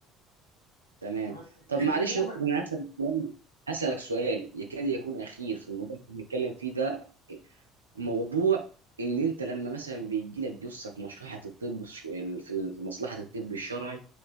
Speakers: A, on the right; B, on the left.
A: تمام
B: تمام؟
A: طب
B: لكن
A: معلش
B: هو
A: يا دكتور
B: ما...
A: انا هسألك سؤال هسألك سؤال يكاد يكون اخير في الموضوع اللي بنتكلم فيه ده موضوع ان انت لما مثلا بيجي لك جثه في مصلحه الطب الش- في في مصلحه الطب الشرعي